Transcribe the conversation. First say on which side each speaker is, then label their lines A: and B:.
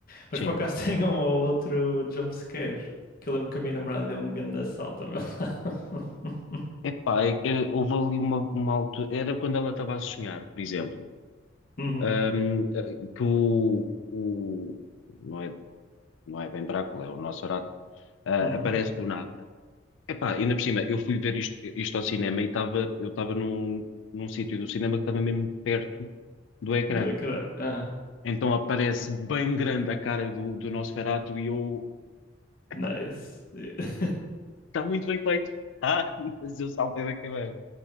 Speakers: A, on the left; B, on the left.
A: Mas
B: sim.
A: por acaso <laughs> tem um ou outro jumpscare, que eu lembro que a minha namorada deu um grande assalto ao meu lado. <laughs>
B: Epá, é, é, houve ali uma, uma altura. Era quando ela estava a sonhar, por exemplo.
A: Uhum,
B: Ahm, eh, que o, o. Não é, não é bem Drácula, é o Nosferatu. ah,
A: uhum.
B: aparece do nada Epá, ainda por cima, eu fui ver isto, isto ao cinema e estava, eu estava num, num sítio do cinema que estava mesmo perto do ecrã.
A: Da cra... ah
B: Então aparece bem grande a cara do, do Nosferatu e eu,
A: Nice.
B: epá,
A: <laughs>
B: está muito bem feito. Ah, <laughs> mas eu saltei da cadeira.